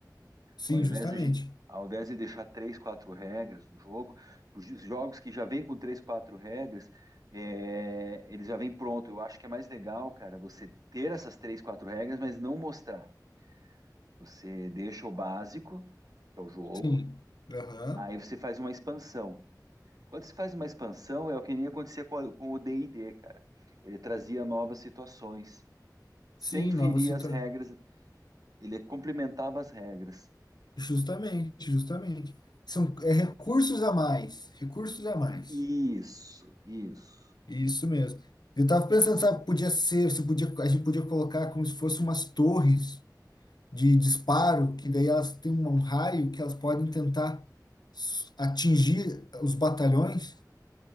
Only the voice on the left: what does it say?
Sim,
justamente.
Sim. Aham.
Sim,
nova situação.
Justamente, justamente. São, é recursos a mais. Recursos a mais.
Isso mesmo. Eu tava pensando, sabe, podia ser, se podia, a gente podia colocar como se fosse umas torres. de disparo, que daí elas têm um raio que elas podem tentar s- atingir os batalhões,